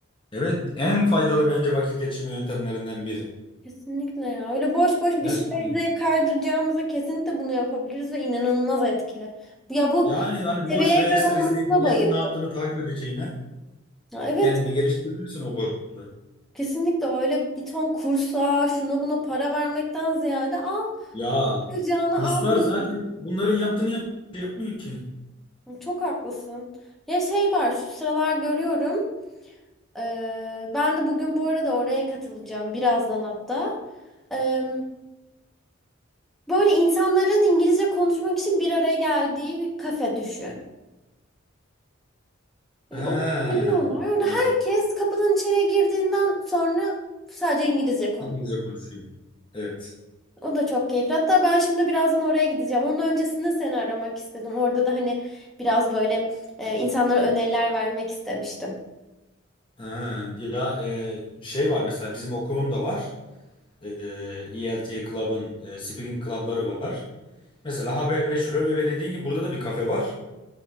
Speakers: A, on the left (about 25°); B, in the centre.
A: Evet, en faydalı bence vakit geçirme yöntemlerinden biri.
B: Kesinlikle ya. Öyle boş boş bir
A: Gerçekten.
B: şeyler izleyip kaydıracağımıza kesinlikle bunu yapabiliriz ve inanılmaz etkili. Ya bu
A: Yani hani
B: seviyeye
A: boş reels'ler
B: göre
A: izleyip
B: olmasına
A: milletin
B: bayıldım.
A: ne yaptığını takip edeceğine
B: Ya evet.
A: kendini geliştirebilirsin o bağlamda.
B: Kesinlikle öyle bir ton kursa şuna buna para vermekten ziyade al.
A: Ya
B: Yapacağını
A: kurslar
B: al bunu.
A: zaten bunların yaptığını yap yapmıyor ki.
B: Çok haklısın. Ya şey var şu sıralar görüyorum. Ee, ben de bugün bu arada oraya katılacağım birazdan hatta. Ee, böyle insanların İngilizce konuşmak için bir araya geldiği bir kafe düşün. Orada
A: Ha,
B: geliyorlar. Orada
A: evet.
B: herkes kapıdan içeriye girdiğinden sonra sadece İngilizce
A: İngilizce konuşuyor. Evet.
B: O da çok keyifli. Hatta ben şimdi birazdan oraya gideceğim. Onun öncesinde seni aramak istedim. Orada da hani biraz böyle e, insanlara öneriler vermek istemiştim.
A: Ha, ya e, şey var mesela bizim okulun da var. E, ELT Club'ın e, speaking club'ları var. Mesela haberleşiyorlar öyle dediğin gibi burada da bir kafe var.